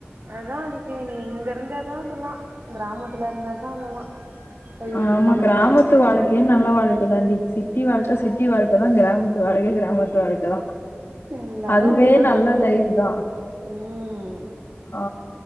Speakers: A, on the right; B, on the left.
A: அதா அதுக்கு நீ இங்க இருந்ததா அதெல்லா கிராமத்துல இருந்த தா அதெல்லா கை வைத்தியம்
B: ஆமா
A: பண்ண
B: கிராமத்து
A: முடியு
B: வாழ்க்கைய நல்ல வாழ்க்கைதாண்டி சிட்டி வாழ்க்கை சிட்டி வாழ்க்கை தா கிராமத்து வாழ்க்கை கிராமத்து வாழ்க்கைதா
A: எல்லாரு
B: அதுவே
A: அதேதா
B: நல்ல
A: சொல்றாங்க
B: லைஃப் தா
A: ம்
B: ஆ